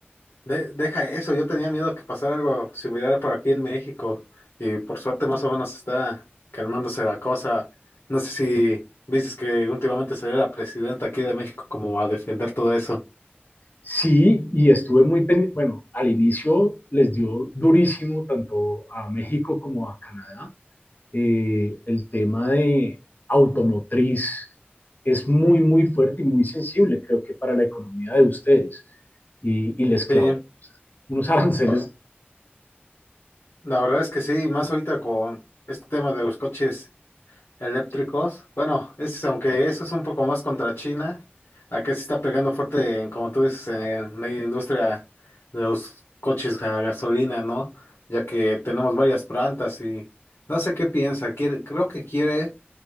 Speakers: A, on the left; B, on the left.
A: De- deja eso, yo tenía miedo que pasara algo similar por aquí en México y por suerte más o menos está calmándose la cosa. No sé si viste que últimamente salió la presidenta aquí de México como a defender todo eso.
B: Sí, y estuve muy pendiente, bueno, al inicio les dio durísimo tanto a México como a Canadá, eh, el tema de automotriz es muy, muy fuerte y muy sensible, creo que para la economía de ustedes. Y, y les clavó
A: Sí,
B: unos <laughs> aranceles.
A: o- la verdad es que sí, más ahorita con este tema de los coches. eléctricos. Bueno, es, aunque eso es un poco más contra China, acá se está pegando fuerte, en, como tú dices, en la industria de los coches a gasolina, ¿no? Ya que tenemos varias plantas y no sé qué piensa. Quiere, creo que quiere,